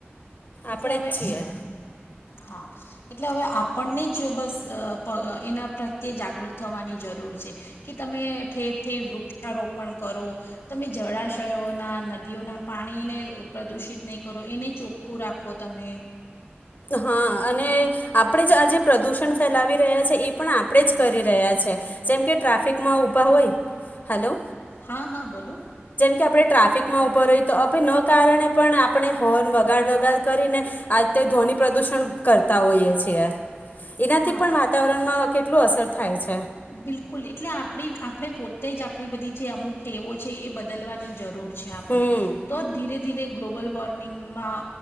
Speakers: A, on the left; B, on the left.
A: એટલે
B: આપણે
A: હવે
B: જ છીએ
A: હા. એટલે હવે આપણને જ બસ એના પ્રત્યે જાગૃત થવાની જરૂર છે કે તમે ઠેર ઠેર વૃક્ષારોપણ કરો તમે જળાશયો તેયોના નદીઓના પાણીને પ્રદૂષિત નહીં કરો એને ચોખ ઓખું રાખો તમે.
B: હા અને આપણે જ આ જે પ્રદૂષણ ફેલાવી રહ્યા છે એ પણ આપણે જ કરી રહ્યા છે જેમ કે ટ્રાફિકમાં ઊભા હોય હેલો.
A: હા હા બોલો.
B: આપણે ટ્રાફિકમાં ઉભો ર તો કારણે પણ આપણે હોર્ન વગાડ વગાડ કરીને ધ પ્રદુષણ કરતા હોઈએ છીએ. એનાથી
A: હા
B: પણ વાતાવરણમાં કેટ કેટલું અસર થાય છે.
A: બિલકુલ એટલે આપડી આપણે પોતે તે જ આપણી બધી જે અમુક ટેવો છે એ બદલવાની જરૂર છે આપણે
B: હમ
A: તો ધીરે ધ ધીરે ગ્લોબલ વોર્મિંગમાં